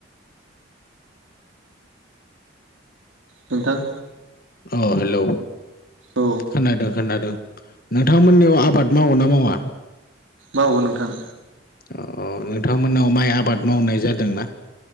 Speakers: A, on the right; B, on the left.
A: नोंथां
B: अ हेल'
A: औ
B: खोनादों खोनादों। नोंथांमोननियाव आबाद मावो ना मावा?
A: मावो नोंथां।
B: अ नोंथांमोनाव माइ आबाद मावनाय जादोंना?